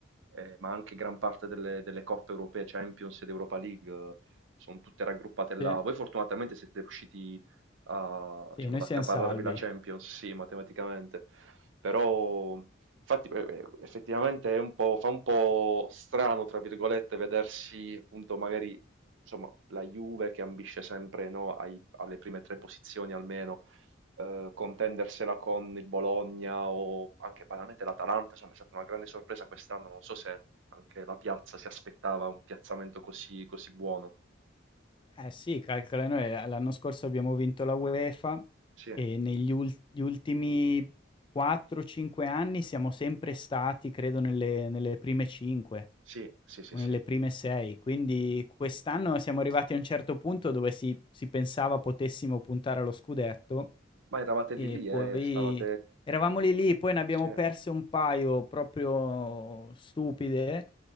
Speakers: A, on the right (about 75°); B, on the left (about 25°).
A: eh, ma anche gran parte delle, delle coppe europee, Champions ed Europa League, eh, sono tutte raggruppate là.
B: Sì.
A: Voi fortunatamente siete riusciti a,
B: Sì,
A: diciamo,
B: noi
A: ad
B: siamo
A: accaparrarvi
B: salvi.
A: la Champions, sì, matematicamente, però... Infatti, eh, eh, effettivamente è un po', fa un po' strano, tra virgolette, vedersi appunto magari insomma, la Juve che ambisce sempre no, ai- alle prime tre posizioni almeno, eh, contendersela con il Bologna o anche banalmente l'Atalanta. Insomma, è stata una grande sorpresa quest'anno. Non so se anche la piazza si aspettava un piazzamento così, così buono.
B: Eh sì, calcola noi l l'anno scorso abbiamo vinto la UEFA
A: Sì,
B: e negli ul gli ultimi 4, 5 anni siamo sempre stati, credo, nelle nelle prime 5
A: sì, sì, sì,
B: o
A: sì.
B: nelle prime 6. Quindi quest'anno siamo arrivati a un certo punto dove si si pensava potessimo puntare allo scudetto
A: Ma eravate
B: e
A: lì lì,
B: poi
A: eh, stavate...
B: eravamo
A: eh,
B: lì lì, poi ne abbiamo
A: sì.
B: perse un paio proprio stupide